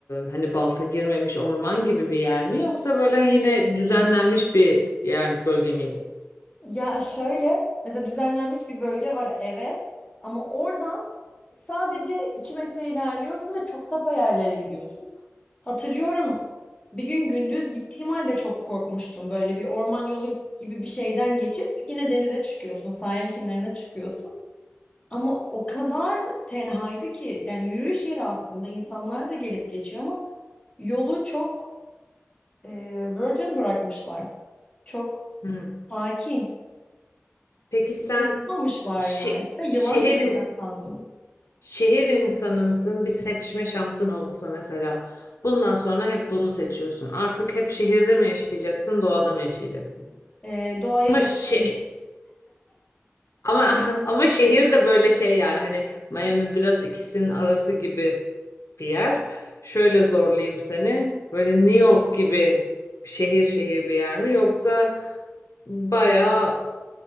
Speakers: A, on the left; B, on the left.
A: hani balta girmemiş orman gibi bir yer mi yoksa böyle yine düzenlenmiş bir yer bölge miydi?
B: Ya şöyle mesela düzenlenmiş bir bölge var evet ama oradan sadece 2 metre ilerliyorsun ve çok sapa yerlere gidiyorsun. Hatırlıyorum bir gün gündüz gittiğim halde çok korkmuştum. Böyle bir orman yolu gibi bir şeyden geçip yine denize çıkıyorsun, sahil kenarına çıkıyorsun. Ama o kadar tenhaydı ki yani yürüyüş yeri aslında insanlar da gelip geçiyor ama yolu çok e, virgin bırakmışlar. Çok
A: Hmm.
B: sakin.
A: Peki sen
B: Dokunmamışlar
A: şe-
B: yani. Ve yılan
A: şehir
B: göreceğim sandım.
A: şehir insanı mısın? Bir seçme şansın olsa mesela. Bundan sonra hep bunu seçiyorsun. Artık hep şehirde mi yaşayacaksın, doğada mı yaşayacaksın?
B: Ee, doğaya
A: Ama
B: yakın.
A: şe- Ama <laughs> ama şehir de böyle şey yani hani Miami biraz ikisinin arası gibi bir yer. Şöyle zorlayayım seni. Böyle New York gibi şehir şehir bir yer mi yoksa bayağı